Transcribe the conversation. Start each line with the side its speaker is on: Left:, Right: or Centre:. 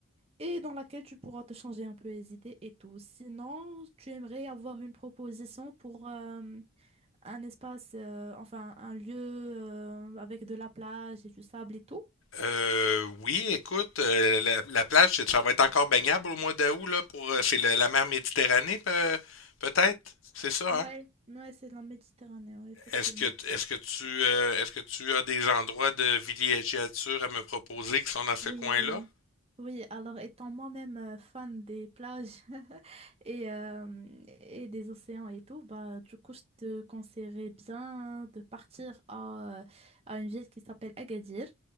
Right: et dans laquelle tu pourras te changer un peu les idées et tout. Sinon, tu aimerais avoir une proposition pour euh, un espace, euh, enfin un lieu euh, avec de la plage et du sable et tout.
Left: Euh, oui, écoute, euh, la, la plage, c'est- ça va être encore baignable au mois d'août, là, pour, euh, c'est la, la mer Méditerranée, pe- peut-être? C'est ça,
Right: Ouais,
Left: hein?
Right: Ouais, c'est de la Méditerranée, ouais, effectivement.
Left: Est-ce que, est-ce que tu, euh, est-ce que tu as des endroits de villégiature à me proposer qui sont dans ce
Right: oui.
Left: coin-là?
Right: Oui, alors étant moi-même euh, fan des plages <laughs> et, euh, et des océans et tout, bah du coup je te conseillerais bien de partir à, euh, à une ville qui s'appelle Agadir.